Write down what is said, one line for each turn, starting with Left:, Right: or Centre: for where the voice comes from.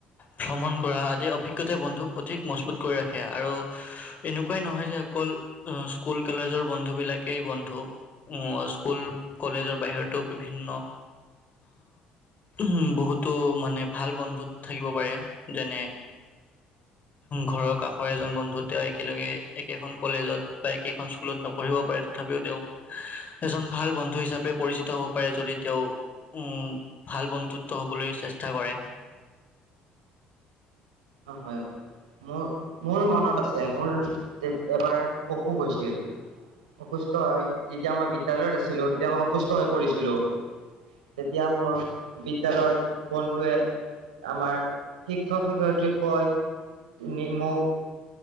Left: ভ্ৰমণ কৰা আদি অভিজ্ঞতাই বন্ধুক অধিক মজবুত কৰি ৰাখে আৰু এনেকুৱাই নহয় যে অকল স্কুল কলেজৰ বন্ধু বিলাকেই বন্ধু আহ স্কুল কলেজৰ বাহিৰতো বিভিন্ন উ বহুতো মানে ভাল বন্ধুত থাকিব পাৰে। যেনে ঘৰৰ কাষৰ এজন বন্ধুত তেওঁ একেলগে একেখন কলেজত বা একেখন স্কুলত নপঢ়িব পাৰে তথাপিও তেওঁ এজন ভাল বন্ধু হিচাপে পৰিচিত হ'ব। পাৰে যদি তেওঁ উ ভাল বন্ধুত্ব হ'বলৈ চেষ্টা কৰে।
Right: অ হয় মোৰ মোৰ মনত আছে মোৰ এবাৰ অসুখ হৈছিল অসুস্থ হৈ যেতিয়া মই বিদ্যালয়ত আছিলো তেতিয়া মই অসুস্থ হৈ পৰিছিলো। তেতিয়া মোৰ বিদ্যালয়ৰ বন্ধুৱে আমাৰ শিক্ষক শিক্ষয়িত্ৰী কৈ নি মোক